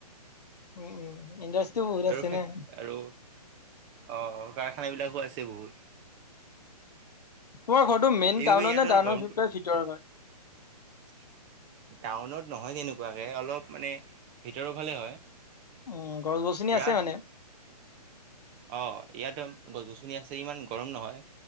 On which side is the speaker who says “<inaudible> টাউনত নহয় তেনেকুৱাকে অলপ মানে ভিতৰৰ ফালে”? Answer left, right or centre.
Right